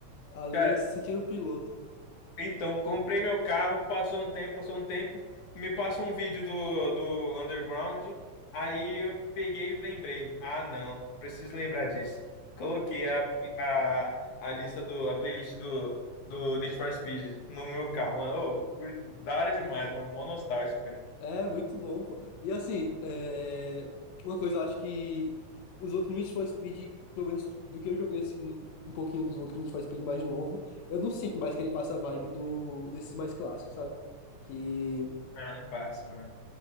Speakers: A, on the left; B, on the left.
A: ali
B: cara,
A: se sentindo um piloto.
B: então, comprei meu carro, passou um tempo, passou um tempo, me passa um vídeo do, do Underground, aí eu peguei e lembrei. Ah, não, preciso lembrar disso. Coloquei a, a, a lista do, a playlist do, do Need for Speed no meu carro, mano. Ô, cur- da hora demais, mano, mó nostálgico, velho.
A: É muito bom, pô. E assim, é, uma coisa eu acho que os outros Need for Speed, pelo menos do que eu joguei assim, um pouquinho dos outros Need for Speed mais novo, eu não sinto mais que ele passa a vibe do desses mais clássicos, sabe? Que
B: Ah, não passa, mano.